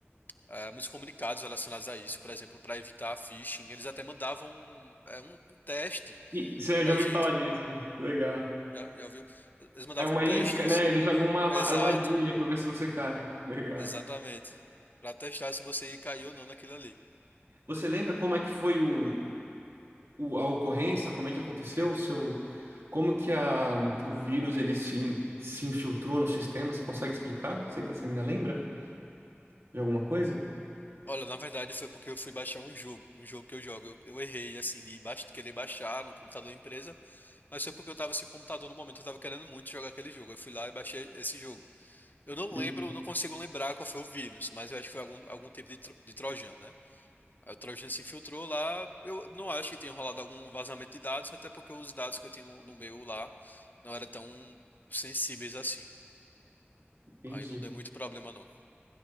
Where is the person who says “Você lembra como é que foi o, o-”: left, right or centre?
Right